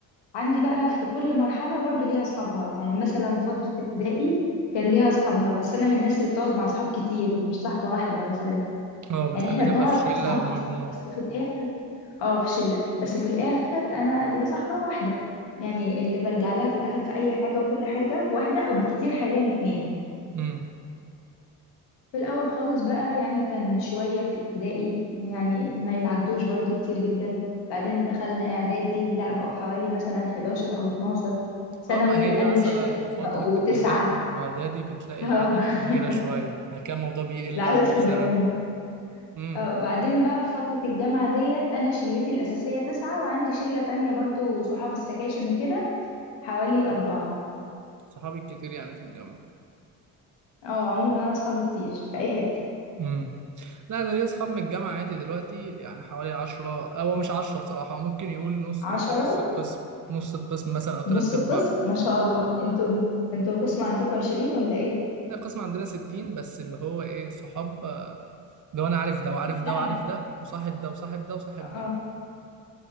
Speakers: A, on the left; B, on the right.
A: عندي بقى في كل مرحلة برضو ليها أصحابها يعني مثلا فترة ابتدائي كان ليها أصحابها بس أنا من الناس اللي بتقعد مع أصحاب كتير مش صاحبة واحدة مثلا
B: اه
A: يعني
B: بتحب
A: احنا
B: تبقى
A: بنقعد
B: في شلة
A: صحاب
B: او
A: كتير
B: مجموعة
A: بس في الآخر اه في شله بس في الاخر انا ليا صاحبه واحده يعني اللي برجع لها في الاخر في اي حاجه وكل حاجه واحده او بكتير حاليا اتنين
B: امم
A: في الاول خالص بقى يعني كان شويه في ابتدائي يعني ما يتعدوش برضو كتير جدا بعدين دخلنا اعدادي لا بقوا حوالي مثلا 11 او 12 ثانوي
B: اه ما هي
A: قالوا
B: مثلا
A: شويه
B: فترة
A: بقوا تسعه
B: ابتدائي واعدادي بتلاقي
A: اه
B: الأعداد كبيرة
A: <laughs>
B: شوية يعني كان الموضوع بيقل
A: العدد
B: قوي
A: في
B: في
A: الليمون
B: ثانوي امم
A: اه بعدين بقى في فترة الجامعة ديت أنا شلتي الأساسية تسعة وعندي شلة تانية برضو صحاب السكاشن وكده حوالي أربعة
B: صحابي كتير يعني في الجامعة
A: اه عموما انا اصحابي كتير في اي حتة
B: مم. لا انا ليا اصحاب من الجامعه عادي دلوقتي يعني حوالي 10 هو مش 10 بصراحه ممكن يقول نص
A: عشرة
B: نص القسم نص القسم مثلا او تلات
A: نص القسم
B: ارباع
A: ما شاء الله انتوا انتوا القسم عندكم عشرين ولا ايه
B: لا القسم عندنا 60 بس اللي هو ايه صحاب آه، لو انا عارف ده وعارف
A: لا
B: ده وعارف
A: ما
B: ده وصاحب ده وصاحب ده وصاحب
A: اه
B: ده